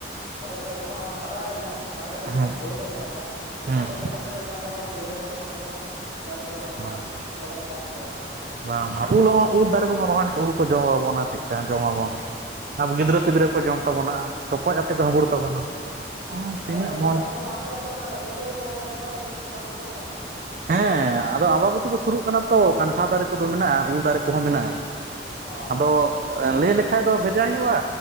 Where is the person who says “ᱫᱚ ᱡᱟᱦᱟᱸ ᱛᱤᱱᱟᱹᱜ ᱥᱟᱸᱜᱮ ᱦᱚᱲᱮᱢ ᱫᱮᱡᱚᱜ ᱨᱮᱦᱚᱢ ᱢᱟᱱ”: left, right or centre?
Right